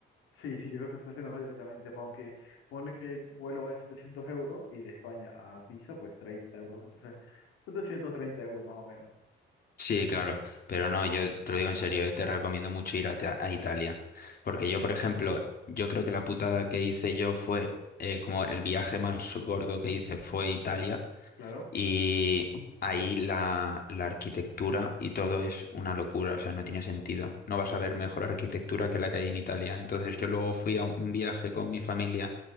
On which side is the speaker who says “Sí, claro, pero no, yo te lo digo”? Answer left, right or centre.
Left